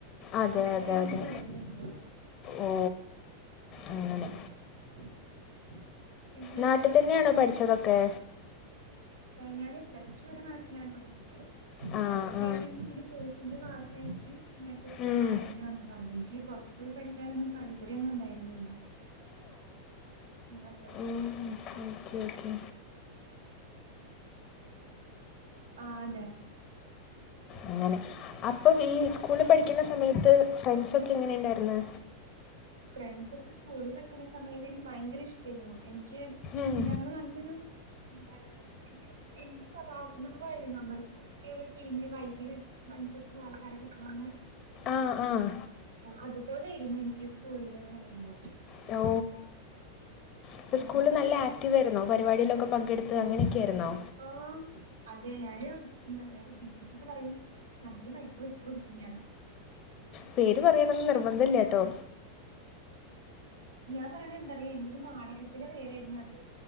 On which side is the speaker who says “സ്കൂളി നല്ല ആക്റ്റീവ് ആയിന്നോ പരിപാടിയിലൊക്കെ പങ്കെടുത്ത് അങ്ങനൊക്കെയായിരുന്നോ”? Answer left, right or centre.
Left